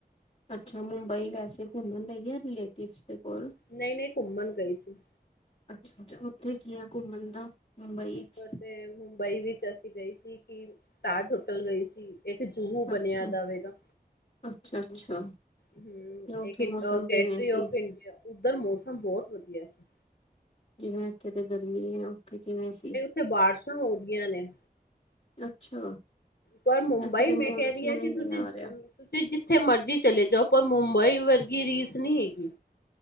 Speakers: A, on the left; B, on the left.
A: ਅੱਛਾ ਮੁੰਬਈ ਵੈਸੇ ਘੁੰਮਣ ਲਈ ਯਾ ਰਿਲੇਟਿਵਸ ਦੇ ਕੋਲ?
B: ਨਈ ਨਈ ਘੁੰਮਣ ਗਈ ਸੀ।
A: ਅੱਛਾ ਅੱਛਾ, ਓਥੇ ਕੀ ਐ ਘੁੰਮਣ ਦਾ ਮੁੰਬਈ
B: ਉੱਪਰ
A: ਚ।
B: ਤੇ ਮੁੰਬਈ ਵਿੱਚ ਅਸੀ ਗਏ ਸੀ ਕਿ ਤਾਜ ਹੋਟਲ ਗਏ ਸੀ। ਏੱਥੇ ਜੂਹੂ ਬਨੇਆ
A: ਅੱਛਾ
B: ਦਾ ਵੇਗਾ।
A: ਅੱਛਾ ਅੱਛਾ
B: ਹੂੰ,
A: ਤੇ ਉੱਥੇ
B: ਏਕ ਇਨ ਅ
A: ਮੌਸਮ
B: ਗੈਟਰੀ
A: ਕਿਵੇਂ ਸੀ
B: ਔਫ ਇੰਡੀਆ। ਉੱਧਰ ਮੌਸਮ ਬੌਤ ਵਧੀਆ ਸੀ।
A: ਜਿਵੇਂ ਐਥੇ ਤੇ ਗਰਮੀ ਏ, ਓਥੇ ਕਿਵੇਂ ਸੀ?
B: ਓਥੇ ਬਾਰਸ਼ਾਂ ਹੋਰੀਆਂ ਨੇ।
A: ਅੱਛਾ
B: ਪਰ ਮੁੰਬਈ
A: ਇੱਥੇ ਤੇ
B: ਮੈਂ
A: ਮੌਨਸੂਨ
B: ਕੈ ਰੀ ਆਂ ਕਿ
A: ਹੀ ਨਹੀਂ
B: ਤੁਸੀਂ
A: ਆ ਰਿਹਾ
B: ਤੁਸੀਂ ਜਿੱਥੇ ਮਰਜ਼ੀ ਚਲੇ ਜਾਓ ਪਰ ਮੁੰਬਈ ਵਰਗੀ ਰੀਸ ਨੀ ਹੇਗੀ।